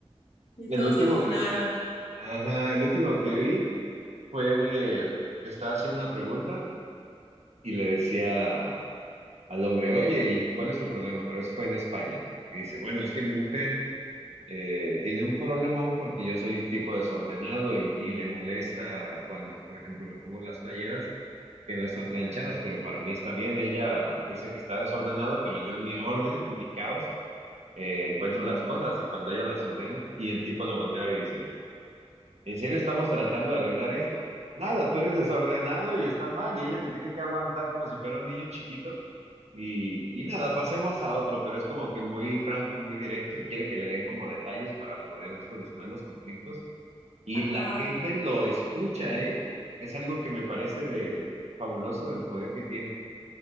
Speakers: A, on the left; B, on the right.
A: y
B: El
A: todos
B: último
A: lo funaron.
B: que, ajá, el último que vi fue de, le estaba haciendo una pregunta y le decía al hombre, oye, ¿y cuál es tu problema? Pero eso fue en España. Y dice, bueno, es que mi mujer eh, tiene un problemón porque yo soy un tipo desordenado y, y le molesta cuando, por ejemplo, me pongo las playeras que no están planchadas, pero para mí está bien. Ella dice que está desordenado, pero yo en mi orden, en mi caos, eh, encuentro
A: Ajá.
B: las cosas y cuando ella las ordena y el tipo lo voltea y dice, ¿en serio estamos tratando de arreglar esto? Nada, tú eres desordenado y está mal y ella te tiene que aguantar como si fuera un niño chiquito y, y nada, pasemos a otro, pero es como que muy franco y muy directo y quiere que le den como detalles para poder solucionar los conflictos. Y
A: Ajá.
B: la gente lo escucha, ¿eh? Es algo que me parece fabuloso del poder que tiene.